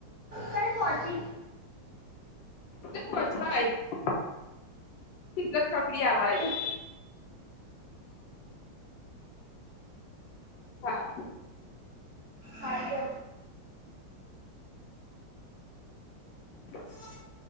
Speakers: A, on the right; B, on the left.
A: કઈ પહોંચી
B: હું ત પહોચવા આવી <unintelligible> ચોકડી આવા આઈ
A: ત <unintelligible> <unintelligible>
B: હા
A: હા
B: <inaudible>